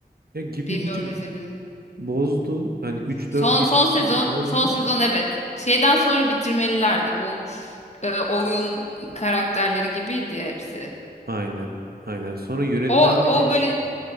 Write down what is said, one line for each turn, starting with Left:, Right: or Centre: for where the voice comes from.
Right: Ya gibi
Left: Bilmiyorum
Right: bir tık
Left: izledim.
Right: bozdu. Hani üç
Left: Son
Right: dört geçişte
Left: son sezon
Right: bir bozdu.
Left: son sezon evet. Şeyden sonra bitirmelilerdi bu e, oyun karakterleri gibiydi ya hepsi.
Right: Aynen, aynen. Sonra yönetmen
Left: O
Right: mi
Left: o
Right: değişti?
Left: böyle